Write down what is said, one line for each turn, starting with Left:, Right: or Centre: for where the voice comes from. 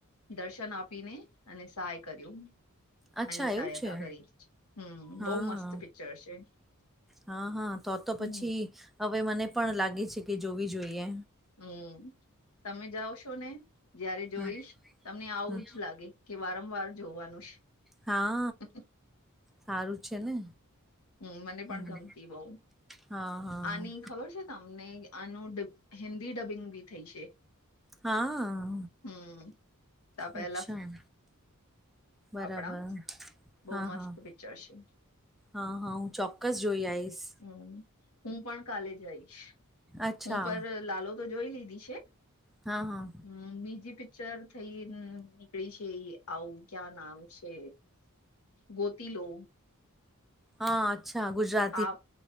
Left: દર્શન આપીને અને સાય કર્યું
Centre: અચ્છા
Left: અને સહાયતા
Centre: એવું છે
Left: કરી હમ્મ
Centre: હા
Left: બહ મસ્ત પિક્ચર છે.
Centre: હા હા તો તો
Left: હમ
Centre: પછી હવે મને પણ લાગે છે કે જોવી જોઈએ.
Left: હમ્મ તમે જાઓશો ને જયારે જોઈશ
Centre: હા
Left: તમને આવું
Centre: હમ,
Left: જ લાગે કે વારંવાર જોવાનું છે.
Centre: હા
Left: <inaudible>
Centre: હારું છે ને
Left: હમ્મ મને
Centre: હમ
Left: પણ ગમતી બઉ
Centre: હા હા
Left: આની ખબર છે તમને આનું હિન્દી ડબિંગ બી થઈ છે.
Centre: હા
Left: હમ તો પેલા
Centre: અચ્છા બરાબર
Left: આપણા બહુ
Centre: હા
Left: મસ્ત
Centre: હા
Left: પિક્ચર છે
Centre: હા હા હું ચોક્કસ જોઈ આઈશ.
Left: હમ્મ હું પણ કાલે જઈશ
Centre: અચ્છા
Left: હું પર લાલો તો જોઈ લીધી છે
Centre: હા હા
Left: હમ્મ બીજી પિક્ચર થઈ નીકળી છે એ આવું ક્યાં નામ છે ગોતી લો
Centre: હા અચ્છા ગુજરા
Left: આપ